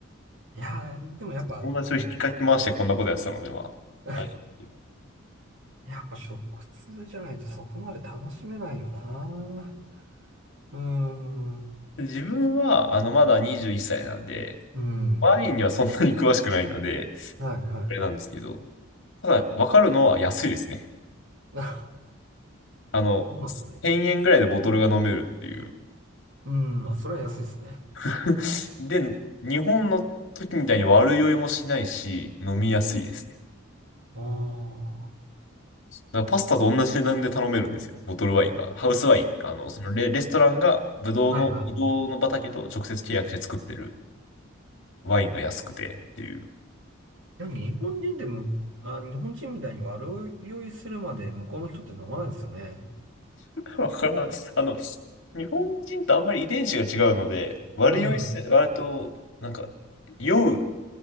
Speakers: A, on the right; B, on the left.
A: いやー、でもやっぱ、
B: 友達を引きかき回してこんなことやってたので、
A: あの、
B: まあ、
A: <laughs>
B: あれですけど。
A: やっぱ食通じゃないとそこまで楽しめないよな。うーん。う
B: で自分は、あの、まだ21歳なんで、
A: ーん。
B: ワインにはそんなに詳しくないので、
A: はい、はい。
B: あれなんですけど、ただ、わかるのは安いですね。
A: <laughs> そ
B: あの、
A: うなんですね。
B: 1000円ぐらいでボトルが飲めるっていう。
A: うーん、まあ、それは安いですね。
B: <laughs> で、日本の時みたいに悪酔いもしないし、飲みやすいですね。
A: あ
B: だからパスタと同じ値段で頼めるんですよ。ボトルワインが。ハウスワイン。あの、そのレ、レストランがブドウの、
A: はいはい。
B: ブドウの畑と直接契約して作ってるワインが安くてっていう。
A: でも日本人でも、あ、日本人みたいに悪酔いするまで向こうの人って飲まないですよね。
B: わからん。あの、日本人とあんまり遺伝子が違うので、悪酔いせ、
A: うん。
B: 割と、なんか、酔う、